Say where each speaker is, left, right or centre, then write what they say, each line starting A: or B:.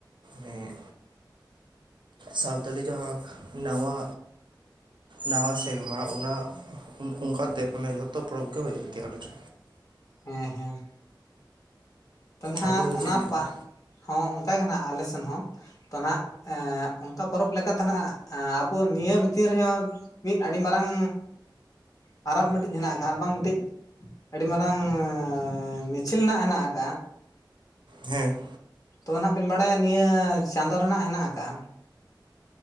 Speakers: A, on the right; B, on the left.
A: ᱱᱤᱭᱟᱹ ᱥᱟᱶᱛᱟᱞᱤ ᱡᱟᱦᱟᱸ ᱱᱟᱣᱟ, ᱱᱟᱣᱟ ᱥᱮᱨᱢᱟ ᱚᱱᱟ ᱚᱱ ᱚᱱᱠᱟᱛᱮ, ᱢᱟᱱᱮ ᱡᱷᱚᱛᱚ ᱯᱚᱨᱚᱵᱽ ᱜᱮ ᱦᱩᱭᱩᱜ ᱜᱮᱭᱟ ᱟᱞᱮ ᱴᱷᱮᱱ᱾
B: ᱦᱮᱸ ᱦᱮᱸ᱾ ᱛᱟᱦᱚᱞᱮ ᱦᱟᱸᱜ
A: ᱟᱯᱮ ᱫᱚ
B: ᱚᱱᱟ
A: ᱪᱮᱫ ᱞᱮᱠᱟ
B: ᱯᱟᱦ, ᱦᱚᱸ ᱚᱱᱠᱟᱜᱮ ᱦᱟᱸᱜ ᱟᱞᱮ ᱥᱮᱱ ᱦᱚᱸ᱾ ᱛᱚ ᱱᱟᱦᱟᱜ, ᱚᱱᱠᱟ ᱯᱚᱨᱚᱵᱽ ᱞᱮᱠᱟᱛᱮ ᱱᱟᱦᱱᱟᱜ ᱟᱵᱚ ᱱᱤᱭᱟᱹ ᱵᱷᱤᱛᱤᱨ ᱨᱮᱦᱚᱸ ᱢᱤᱫ ᱟᱹᱰᱤ ᱢᱟᱨᱟᱝ ᱯᱟᱨᱟᱵᱽ ᱢᱤᱫᱴᱤᱡ ᱦᱮᱱᱟᱜ ᱟᱠᱟᱫᱼᱟ᱾ ᱟᱨ ᱵᱟᱝ ᱢᱤᱫᱴᱤᱡ ᱟᱹᱰᱤ ᱢᱟᱨᱟᱝ ᱮᱸᱻ ᱢᱤᱪᱷᱤᱞ ᱱᱟᱜ ᱦᱮᱱᱟᱜ ᱟᱠᱟᱟᱜᱼᱟ᱾
A: ᱦᱮᱸ᱾
B: ᱛᱚ ᱱᱟᱦᱟᱜ ᱵᱤᱱ ᱵᱟᱲᱟᱭᱟ, ᱱᱤᱭᱟᱹ ᱪᱟᱸᱫᱳ ᱨᱮᱱᱟᱜ ᱦᱮᱱᱟᱜ ᱟᱠᱟᱜᱼᱟ᱾